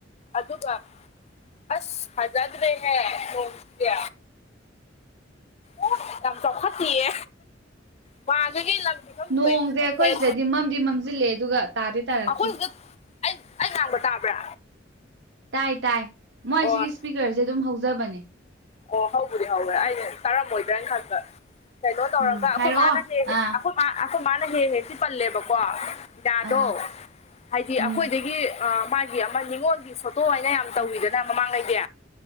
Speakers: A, on the left; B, on the right.
A: ꯑꯗꯨꯒ ꯑꯁ ꯐꯖꯗ꯭ꯔꯦ ꯍꯦ ꯅꯣꯡꯁꯤꯗꯤ ꯑꯣ ꯌꯥꯝ ꯆꯥꯎꯈꯠꯇꯤꯌꯦ ꯃꯥꯒꯒꯤ ꯂꯝ ꯄꯤꯐꯝ
B: ꯅꯣꯡꯁꯦ
A: ꯊꯣꯛꯑꯦ ꯄꯤꯐꯝ
B: ꯑꯩꯈꯣꯏ
A: ꯊꯣꯛꯑꯦ
B: ꯁꯤꯗꯗꯤ ꯃꯝꯗꯤ ꯃꯝꯖꯤꯜꯂꯛꯑꯦ ꯑꯗꯨꯒ ꯇꯥꯗꯤ ꯇꯥꯔꯛꯇ꯭ꯔꯤ
A: ꯑꯩꯈꯣꯏ ꯁꯤꯗ ꯑꯩ ꯑꯩ ꯉꯥꯡꯕ ꯇꯥꯕ꯭ꯔꯥ
B: ꯇꯥꯏ ꯇꯥꯏ ꯃꯣꯏ
A: ꯑꯣ
B: ꯁꯤꯒꯤ ꯁꯄꯤꯀꯔꯁꯦ ꯑꯗꯨꯝ ꯍꯧꯖꯕꯅꯦ
A: ꯑꯣ ꯍꯧꯕꯗꯤ ꯍꯧꯔꯦ ꯑꯩꯅ ꯇꯥꯔꯝꯃꯣꯏꯗ꯭ꯔꯅ ꯈꯟꯕ ꯀꯩꯅꯣ ꯇꯧꯔꯒ
B: ꯎꯝ
A: ꯑꯩꯈꯣꯏ
B: ꯍꯥꯏꯔꯛꯑꯣ
A: ꯃꯥꯅ ꯍꯦꯛ
B: ꯑꯥ
A: ꯑꯩꯈꯣꯏ ꯑꯩꯈꯣꯏ ꯃꯥꯅ ꯍꯦꯛ ꯍꯦꯛꯇꯤ ꯄꯜꯂꯦꯕꯀꯣ ꯕꯤꯅꯥꯗꯣ
B: ꯑꯥ
A: ꯍꯥꯏꯗꯤ
B: ꯎꯝ
A: ꯑꯩꯈꯣꯏꯗꯒꯤ ꯃꯥꯏ ꯒꯤ ꯑꯃ ꯅꯤꯡꯉꯣꯜꯒꯤ ꯁꯣꯇꯣ ꯍꯥꯏꯅ ꯌꯥꯝ ꯇꯧꯋꯤꯗꯅ ꯃꯃꯥꯡꯉꯩꯗꯤ